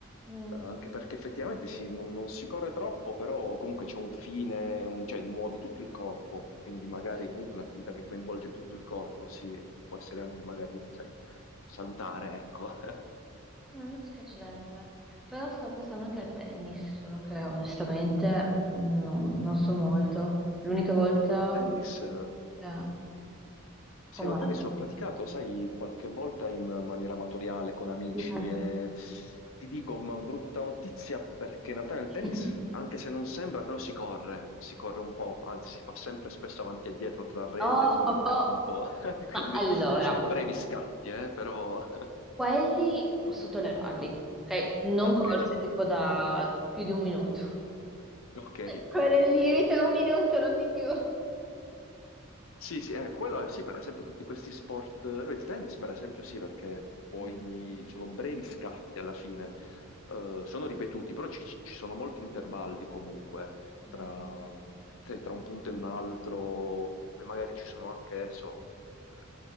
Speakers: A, in the centre; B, on the left.
A: Mm,
B: eh, anche perché effettivamente sì, non, non si corre troppo, però comunque c'è un fine, un- cioè muovi tutto il corpo, quindi magari
A: eh,
B: comunque un'attività che coinvolge tutto il corpo, sì, può essere anche magari, sai, salutare, ecco. <laughs>
A: sì, non mi dispiacerebbe, però stavo pensando anche a tennis, solo che onestamente non, non so molto. L'unica volta
B: Tennis,
A: con...
B: eh,
A: eh, com'è?
B: sì, no, tennis l'ho praticato, sai, qualche volta in maniera amatoriale con amici
A: Mm.
B: e ti dico una brutta notizia perché in realtà nel
A: <laughs>
B: tennis, anche se non sembra, però si corre, si corre un po', anzi si fa sempre spesso avanti e dietro tra rete
A: No,
B: e fondo
A: oh,
B: campo,
A: oh,
B: <laughs> quindi
A: ma allora,
B: sono brevi scatti, eh, però
A: Quelli posso tollerarli, ok? Non
B: <laughs> ok,
A: corse tipo da più di un minuto.
B: ok.
A: Quello è il limite, un minuto, non di più.
B: Sì, sì, eh, quello è, sì, per esempio tutti questi sport, eh, il tennis per esempio sì, perché poi
A: Mm.
B: sono brevi scatti alla fine, eh, sono ripetuti, però ci, ci sono molti intervalli comunque tra,
A: Mm.
B: mh, tra- tra un punto e un altro, poi magari ci sono anche adesso, eh,